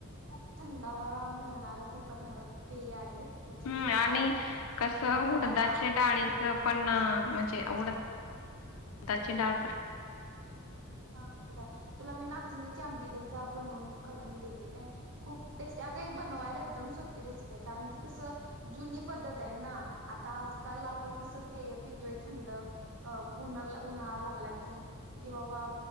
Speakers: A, on the right (about 60°); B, on the left (about 70°).
A: खूप थंडावा मिळणार ती पदार्थ, पेय आहे. म्हणजे
B: हम्म आणि
A: आपल्या
B: कस उडदाच्या
A: जुन्या काळात
B: डाळीच पण म्हणजे. उड दाची डाळ
A: हा तुला मी नाचणीची आंबिल एकदा बनवून करून देते काय. खूप टेस्टी अग बनवायला एकदम सोपी रेसिपीय, कारण ती कसं जुनी पद्धत आहे ना. आता आजकाल आपण कसं पेय पितोय थंड उन्हा उन्हाळा लागला कि, कि बाबा